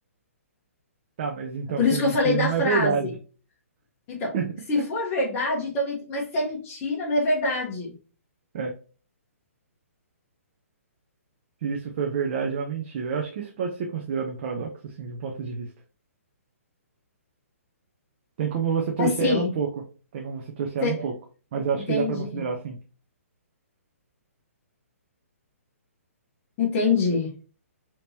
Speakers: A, on the right; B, on the left.
A: Tá, mas então
B: É por
A: se
B: isso
A: é
B: que
A: mentira,
B: eu falei da
A: não
B: frase.
A: é verdade.
B: Então,
A: <laughs>
B: se for verdade, então, men- mas se é mentira, não é verdade.
A: É, se isso for verdade, é uma mentira. Eu acho que isso pode ser considerado um paradoxo, assim, de um ponto de vista. Tem como você torcer
B: Mas sim,
A: ela um pouco. Tem como você torcer
B: você-
A: ela um pouco. Mas eu
B: entendi,
A: acho que dá pra considerar assim.
B: entendi.